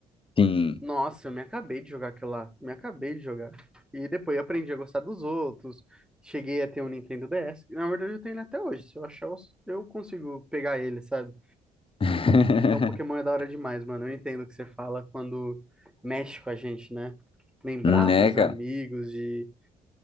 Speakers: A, on the left; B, in the centre.
A: Sim.
B: Nossa, eu me acabei de jogar aquilo lá, me acabei de jogar. E depois eu aprendi a gostar dos outros, cheguei a ter um Nintendo DS, que, na verdade eu tenho ele até hoje, se eu achar eu eu consigo pegar ele, sabe?
A: <laughs>
B: Então Pokémon é da hora demais, mano, eu entendo o que você fala quando mexe com a gente, né? Lembrar
A: Né,
B: dos
A: cara?
B: amigos, de